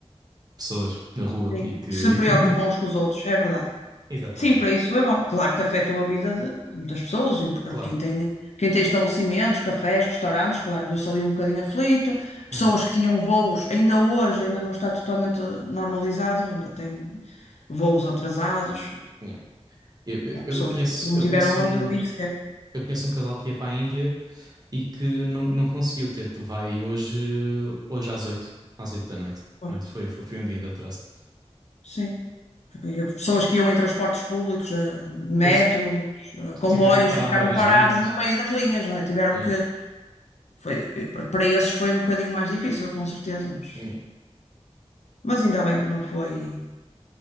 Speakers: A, on the right; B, on the left.
A: pessoas na rua
B: Sim.
A: e que.
B: Que se preocupam
A: <laughs>
B: uns com os outros, é verdade.
A: Exatamente,
B: Sim, para isso foi bom. Claro que afetou a vida de de muitas pessoas. e
A: claro.
B: Quem tem, quem tem estabelecimentos, cafés, restaurantes, claro, viu-se ali um bocadinho aflito. Pessoas
A: Uhum.
B: que tinham voos, ainda hoje, ainda não está totalmente normalizado, ainda tem voos atrasados.
A: Yeah. Eu, eu-
B: Há pessoas
A: eu conheço,
B: que que não
A: eu
B: tiveram
A: conheço
B: onde
A: um,
B: dormir sequer.
A: eu conheço um casal que ia para a Índia e que não, não conseguiu ter. Vai hoje, hoje às oito às 8 da noite.
B: Pois,
A: Pronto, foi, foi, foi um dia de atraso.
B: Sim. E pessoas que iam em transportes públicos, eh, metros,
A: Depois
B: eh, comboios,
A: tiveram de parar
B: ficaram
A: ao meio das
B: parados
A: linhas.
B: no meio das linhas, não é? Tiveram
A: Yeah,
B: que. Foi, para esses foi um bocadinho mais difícil, com certeza, mas,
A: yeah.
B: mas ainda bem que não foi.